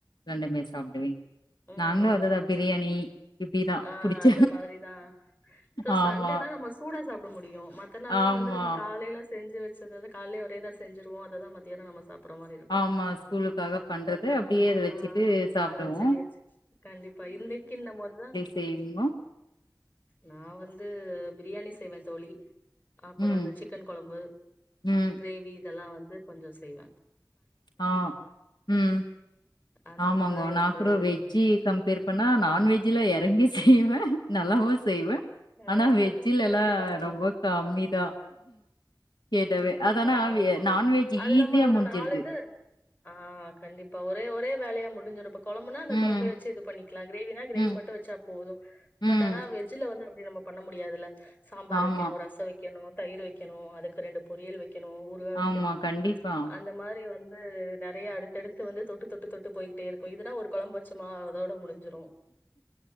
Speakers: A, on the left (about 75°); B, on the left (about 25°).
A: ரெண்டுமே சாப்பிடுவீங்
B: ம்
A: நாங்களும் அதுதான் பிரியாணி இப்டிதான்
B: ஆ
A: புடிச்ச
B: அந்த மாதிரிதா சோ
A: ஆமா,
B: சண்டே தா நம்ம சூடா சாப்பிட முடியும் மத் த நாள்லா
A: ஆமா,
B: வந்து நம்ம காலையில செஞ்சி வெச்சதது காலையே ஒரேதா செஞ்சுருவோ அததா மத்தியான நம்ம சாப்பற மாரி இருக்கும்
A: ஆமா. ஸ்கூலுக்காக பண்றது
B: பட்
A: அப்டியே
B: ஆமா
A: அத வச்சுட்டு சாப்டுவோம்.
B: ஹஹ <unintelligible> கண்டிப்பா இந்தைக்கு இந்த மோதுதா
A: செய்விங்கோ
B: நா வந்து பிரியாணி செய்வ தோழி அப்புறம்
A: ம்
B: அந்த சிக் கன் கொழம்பு
A: ம்
B: கிரேவி இதெல்லா வந்து கொஞ்ச செய்வ
A: ஆ ம்
B: அந்த
A: ஆமாங்கோ
B: மாரி
A: நா
B: வந்து
A: கூட வெஜ் ஜி கம்பேர் பண்ணா நான்வெஜ்ல இறங்கி செய்வ நல்லாவும் செய்வ
B: அது
A: ஆனா
B: அப்டிதா
A: வெஜ்ஜிலலா
B: கண்டிப்பா கண்டிப்பா
A: ரொம்ப கம்மிதா கேட்டாவே அதனா
B: ஆமா
A: ஆவியே
B: ஆமா.
A: நான்வெஜ்
B: அது
A: ஈஸியா
B: நம்ம ஒரு
A: முடிஞ்சிருது
B: இது ஆ கண்டிப்பா ஒரே ஒரே வேலையா முடிஞ்சிடு கொழம்புனா அந்த
A: ம்
B: கொழம்பே வெச்சு இது பண்ணிக்கலா கிரேவினா கிரேவி
A: ம்
B: மட்டும் வெச்சா போதும்
A: ம்
B: பட் ஆனா வெஜ்ஜில வந்து அப்பிடி நம்ம பண்ண முடியாதுல்ல சாம்பார்
A: ஆமா
B: வெக்கணு ரசம் வெக்கணு தயிர் வெக்கணு அதுக்கு ரெண்டு பொரியல் வெக்கணு உ <unintelligible> வெக்கணு
A: ஆமா கண்டிப்பா
B: ஆ அந்த மாரி வந்து நிறைய அடுத்தடுத்து வந்து தொட்டு தொட்டு தொட்டு போயிட்டே இருக்கு இதுனா ஒரு குழம்ப வே கச்சமா அதோட முடிஞ்சிரு